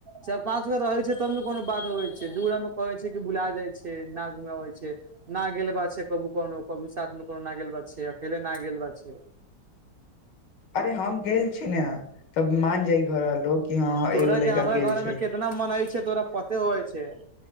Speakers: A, on the right; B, on the left.
A: चारि पाँच गो रहय छै तब ने कोनो बात होै छै दूर मे कहै छै कि भुला जाइ छै न घुमेबै छै ना गल बा छय कबू कोनो कभू साथ मे कोनो न ग बा छै अकेले न ग गेल बा छै
B: अरे हम गेल छी ने तब मान जाइ घर लो हँ एगो
A: तोरा
B: लड़का
A: के हमरा
B: गेल
A: घर
B: छय
A: मे कितना मन हइ छै तोरा पते होइ छै